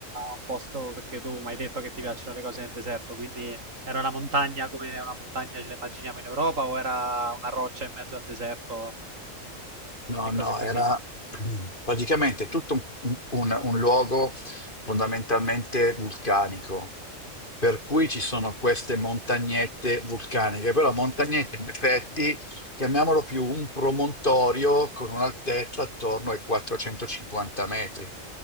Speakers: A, on the right; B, on the left.
A: un posto perché tu mi hai detto che ti piacciono le cose nel deserto, quindi era una montagna come una montagna ce la immaginiamo in Europa o era una roccia in mezzo al deserto
B: No,
A: e
B: no,
A: cose così.
B: era praticamente tutto un, un- un luogo fondamentalmente vulcanico, per cui ci sono queste montagnette vulcaniche, però montagnette in effetti, chiamiamolo più un promontorio con un'altezza attorno ai 450 metri.